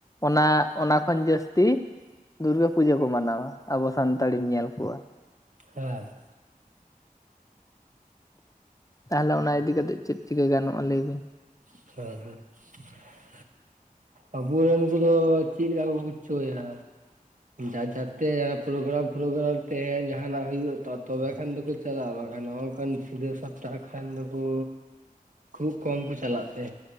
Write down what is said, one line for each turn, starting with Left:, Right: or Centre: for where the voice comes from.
Left: ᱚᱱᱟ ᱚᱱᱟ ᱠᱷᱚᱱ ᱡᱟᱹᱥᱛᱤᱼᱼ ᱫᱩᱨᱜᱟᱹ ᱯᱩᱡᱟᱹ ᱠᱚ ᱢᱟᱱᱟᱶᱟ ᱟᱵᱚ ᱥᱟᱱᱛᱟᱲᱤᱧ ᱧᱮᱞ ᱠᱚᱣᱟ᱾
Right: ᱦᱮᱸ᱾
Left: ᱛᱟᱦᱚᱞᱮ ᱚᱱᱟ ᱤᱫᱤ ᱠᱟᱛᱮᱫ ᱪᱮᱫ ᱪᱤᱠᱟᱹ ᱜᱟᱱᱚᱜ-ᱟ ᱞᱟᱹᱭ ᱵᱤᱱ?
Right: <unintelligible> ᱟᱵᱚ ᱨᱮᱱ ᱠᱩᱫᱚ ᱪᱤᱜ ᱞᱮᱠᱟ ᱠᱚ ᱠᱩ ᱪᱚᱭᱟ᱾ ᱡᱟ ᱡᱟᱛᱮ ᱡᱟᱦᱟᱸ ᱯᱨᱳᱜᱽᱨᱟᱢ ᱯᱨᱳᱜᱽᱨᱟᱢ ᱛᱮ ᱡᱟᱦᱟᱸ ᱱᱟᱜ ᱦᱩᱭᱩᱜ ᱛᱚ ᱛᱚᱵᱮ ᱠᱷᱟᱱ ᱫᱚ ᱠᱩ ᱪᱟᱞᱟᱜ-ᱟ ᱵᱟᱠᱷᱟᱱ ᱱᱚᱜ-ᱚ ᱱᱚᱠᱟᱱ ᱥᱤᱫᱷᱟᱹ ᱥᱟᱯᱴᱟᱦ ᱠᱷᱟᱱ ᱫᱚ ᱠᱩ ᱠᱷᱩᱵ ᱠᱚᱢ ᱠᱚ ᱪᱟᱞᱟᱜ ᱛᱮ